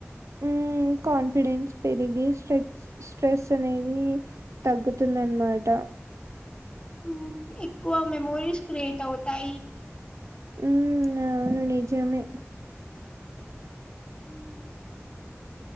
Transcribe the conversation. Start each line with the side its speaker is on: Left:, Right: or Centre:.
Right: హ్మ్. కాన్ఫిడెన్స్ పెరిగి స్ట్రె స్ట్రెస్ అనేది తగ్గుతుంది అనమాట
Left: మ్మ్. ఎక్కువ మెమోరీస్ క్రియట్ అవుతాయి
Right: ఉ అవును నిజమే
Left: మ్మ్.